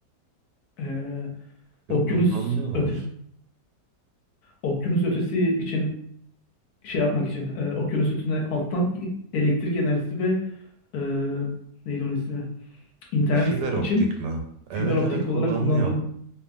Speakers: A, on the left; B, on the right.
A: E,
B: Yok
A: okyanus
B: kullanılıyorlar.
A: ötesi okyanus ötesi için şey yapmak için e, okyanus ötesine alttan i- elektrik enerjisi ve e, neydi onun ismi? İnternet
B: Fiber optik
A: için
B: mi? Evet
A: fiber optik
B: evet kullanılıyor.
A: olarak kullanımı